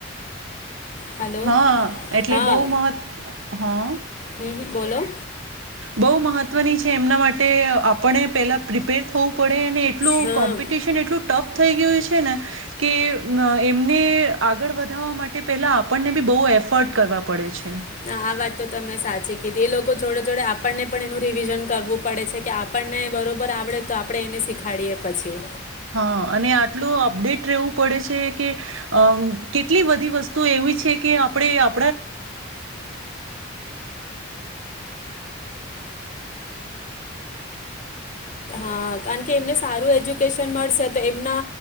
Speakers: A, on the left; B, on the right.
A: હલો.
B: હા એટલે
A: હા
B: બહુ મહત્ હા.
A: હમ હમ બોલો
B: બહુ મહત્વની છે, એમના માટે એટલ
A: હા.
B: કોમ્પિટિશન એટલું ટફ. થઈ ગયું છે, ને કે એમને આગળ વધાવવા માટે પેલા આપણને બી બહુ એફર્ટ કરવા પડે છે.
A: <unintelligible> તો તમે સાચી કે એ લોકો જોડે જોડે આપણને પણ એનું રિવિઝન કરવું પડે છે, કે આપણને બરોબર આવડે તો આપણે એને શીખાડીએ પછી.
B: હા અને આટલું અપડેટ રહેવું પડે છે, કે કેટલી બધી વસ્તુ એવી છે, કે આપણે
A: કારણ કે એમને સારું એજ્યુકેશન મળશે તો એમના